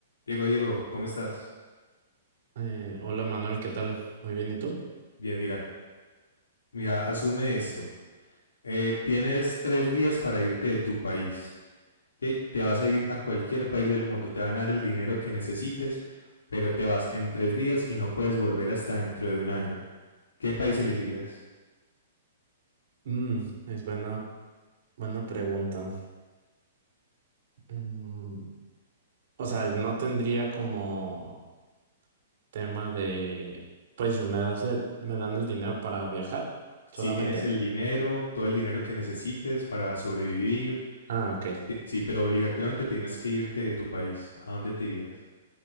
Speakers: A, on the left (about 70°); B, on the right (about 55°).
A: Diego, Diego, ¿cómo estás?
B: Eh, hola Manuel, ¿qué tal? Muy bien, ¿y tú?
A: Bien, mira, mira, asume esto. Eh, tienes tres días para irte de tu país. ¿ok? Te vas a ir a cualquier país del mundo, te van a dar el dinero que necesites, pero te vas en tres días y no puedes volver hasta dentro de un año. ¿Qué país elegirías?
B: Mm, es buena, buena pregunta. Mm, o sea, no tendría como tema de, pues si me das el, me dan el dinero para viajar solamente.
A: Si tienes el dinero, todo el dinero que necesites para sobrevivir,
B: Ah, ok.
A: ti- sí, pero obligatoriamente tienes que irte de tu país. ¿A dónde te irías?